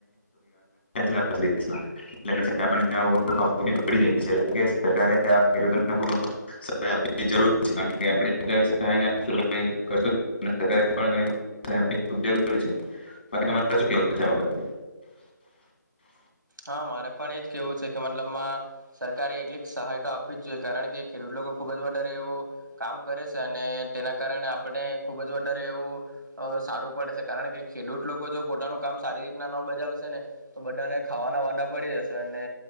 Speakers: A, on the left (about 35°); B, on the right (about 80°).
A: <unintelligible> <unintelligible> આપ પ જઈએ એટ સરડૂ ખ સહાય આપરી છે કારણ આપરી છેકી તમારે ક <unintelligible> <unintelligible> <unintelligible> <unintelligible> <unintelligible>
B: હા મારે પણ એજ કેવું છે કે મતલબમાં સરકારે એટલી સહાય તો આપવી જ જોઈએ કારણ કે ખેડૂત લોકો ખુબ જ વધારે એવું કામ કરે છે અને તેના કારણે આપણે ખુબ જ વધારે એવું સારું પડે છે કારણ કે ખેડૂત લોકો જો પોતાનું કામ સારી રીતના ન બજાવશે ને તો બધાને ખાવાના વાા પડી જશે અને